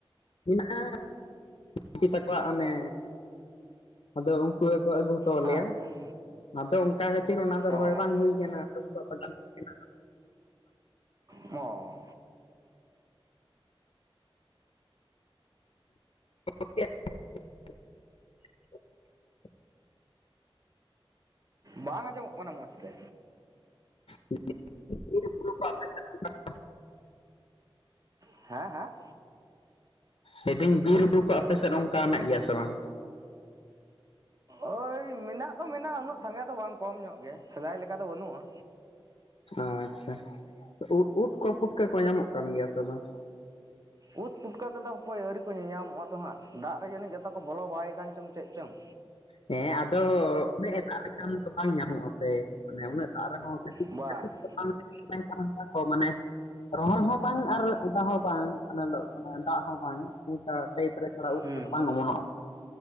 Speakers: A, on the left; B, on the right.
A: ᱢᱮᱱᱟᱜ-ᱟ ᱫᱤᱫᱤ ᱛᱟᱠᱚᱣᱟᱜ ᱚᱱᱮ ᱟᱫᱚ ᱩᱱᱠᱩ ᱜᱮᱠᱚ ᱟᱹᱜᱩ ᱦᱚᱴᱚ ᱟᱞᱮᱭᱟ,
B: ᱦᱮᱸ ᱦᱮᱸ
A: ᱟᱫᱚ ᱚᱱᱠᱟ ᱠᱷᱟᱹᱛᱤᱨ ᱚᱱᱟ ᱫᱚ
B: ᱦᱮᱸ
A: ᱨᱚᱦᱚᱭ
B: ᱚ
A: ᱵᱟᱝ ᱦᱩᱭ ᱠᱟᱱᱟ ᱾ <unintelligible>
B: ᱦᱚᱸ᱾
A: <unintelligible>
B: ᱵᱟᱝ ᱟᱸᱡᱚᱢᱚᱜ ᱠᱟᱱᱟ ᱢᱚᱸᱡᱽ ᱛᱮ᱾
A: <unintelligible>
B: ᱦᱮᱸ ᱦᱮᱸ?
A: ᱞᱟᱹᱭ ᱫᱤᱧ ᱵᱤᱨ-ᱵᱩᱨᱩ ᱠᱚ ᱟᱯᱮ ᱥᱮᱫ ᱚᱱᱠᱟ ᱦᱮᱱᱟᱜ ᱜᱮᱭᱟ ᱥᱮ ᱵᱟᱝ?
B: ᱳᱭ ᱢᱮᱱᱟᱜ ᱫᱚ ᱢᱮᱱᱟᱜ-ᱟ ᱩᱱᱟᱹᱜ ᱥᱟᱸᱜᱮ ᱫᱚ ᱵᱟᱝ, ᱠᱚᱢ ᱧᱚᱜ ᱜᱮ ᱥᱮᱫᱟᱭ ᱞᱮᱠᱟ ᱫᱚ ᱵᱟᱹᱱᱩᱜ-ᱟ᱾
A: ᱟᱪᱪᱷᱟ᱾ ᱩᱫ ᱩᱫ ᱠᱚ ᱯᱩᱴᱠᱟᱹ ᱠᱚ ᱧᱟᱢᱚᱜ ᱠᱟᱱ ᱜᱮᱭᱟ ᱥᱮ ᱵᱟᱝ?
B: ᱩᱫ ᱯᱩᱴᱠᱟᱹ ᱠᱚᱫᱚ ᱦᱟᱯᱳᱛ ᱟᱹᱣᱨᱤ ᱠᱚ ᱧᱮᱧ ᱧᱟᱢᱚᱜ-ᱟ ᱛᱚ ᱦᱟᱸᱜ, ᱫᱟᱜ ᱨᱮ ᱡᱟᱹᱱᱤᱡ ᱡᱷᱚᱛᱚ ᱠᱚ ᱵᱚᱞᱚ ᱵᱟᱭ ᱠᱟᱱ ᱪᱚᱝ ᱪᱮᱫ ᱪᱚᱝ᱾
A: ᱦᱮᱸ, ᱟᱫᱚ ᱩᱱᱟᱹᱜ ᱮ ᱫᱟᱜ ᱞᱮᱠᱷᱟᱱ ᱫᱚ ᱵᱟᱝ ᱧᱟᱢᱚᱜ-ᱟ ᱥᱮ᱾ ᱢᱟᱱᱮ ᱩᱱᱟᱹᱜ ᱫᱟᱜ ᱨᱮᱦᱚᱸ
B: ᱵᱟᱝ᱾
A: ᱠᱟᱹᱴᱤᱡ ᱫᱚ ᱢᱮᱱᱠᱷᱟᱱ ᱚᱱᱟ ᱠᱚ ᱢᱟᱱᱮ ᱨᱚᱦᱚᱲ ᱦᱚᱸ ᱵᱟᱝ ᱟᱨ ᱚᱫᱟ ᱦᱚᱸ ᱵᱟᱝ ᱱᱮᱞᱚᱜ ᱠᱟᱱᱟ, ᱫᱟᱜ ᱦᱚᱸ ᱵᱟᱝ, ᱚᱱᱠᱟ ᱴᱟᱭᱤᱯ ᱨᱮ ᱪᱷᱟᱲᱟᱣ
B: ᱦᱩᱸ
A: ᱠᱚᱫᱚ ᱵᱟᱝ ᱚᱢᱚᱱᱚᱜ-ᱟ